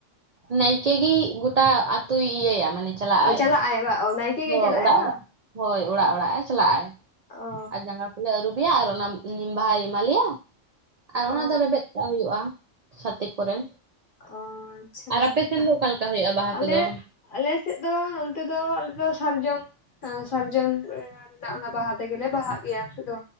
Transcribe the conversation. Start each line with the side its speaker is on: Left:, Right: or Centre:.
Right: ᱱᱟᱭᱠᱮ ᱜᱤ ᱜᱚᱴᱟ ᱟᱛᱩᱭ ᱤᱭᱟᱹᱭᱟ ᱢᱟᱱᱮ ᱪᱟᱞᱟᱜᱼᱟᱭ
Left: ᱚ ᱪᱟᱞᱟᱜ-ᱟᱭ ᱵᱟ ᱚ ᱱᱟᱭᱠᱮ
Right: ᱦᱳᱭ
Left: ᱜᱮᱭ ᱪᱟᱞᱟᱜ-ᱟᱭ
Right: ᱚᱲᱟᱜ
Left: ᱵᱟᱝ
Right: ᱚᱲᱟᱜ ᱦᱳᱭ ᱚᱲᱟᱜ ᱚᱲᱟᱜ ᱮ ᱪᱟᱞᱟᱜᱼᱟᱭ᱾
Left: ᱚ
Right: ᱟᱨ ᱡᱟᱸᱜᱟ ᱠᱚ ᱞᱮ ᱟᱹᱨᱩᱵᱤᱭᱟ ᱟᱨ ᱚᱱᱟ ᱱᱤᱢᱵᱟᱦᱟᱭ ᱮᱢᱟᱞᱤᱭᱟ᱾ ᱟᱨ ᱚᱱᱟ
Left: ᱚ
Right: ᱫᱚ ᱨᱮᱵᱮᱫ ᱠᱟᱜ ᱦᱩᱭᱩᱜᱼᱟ ᱥᱟᱛᱮ ᱠᱚᱨᱮ᱾
Left: ᱚ ᱟᱪᱪᱷᱟ
Right: ᱟᱨ ᱟᱯᱮ
Left: ᱚᱱᱠᱟ
Right: ᱥᱮᱱ ᱫᱚ ᱚᱠᱟᱞᱮᱠᱟ ᱦᱩᱭᱩᱜᱼᱟ ᱵᱟᱦᱟ
Left: ᱟᱞᱮ
Right: ᱠᱚᱫᱚ?
Left: ᱟᱞᱮ ᱥᱮᱫ ᱫᱚ ᱱᱚᱱᱛᱮ ᱫᱚ ᱟᱞᱮ ᱫᱚ ᱥᱟᱨᱡᱚᱢ ᱥᱟᱨᱡᱚᱢ ᱨᱮᱱᱟᱜ ᱚᱱᱟ ᱵᱟᱦᱟ ᱛᱮ ᱜᱮ ᱞᱮ ᱵᱟᱦᱟᱜ ᱜᱮᱭᱟ ᱟᱞᱮᱥᱮᱫ ᱫᱚ᱾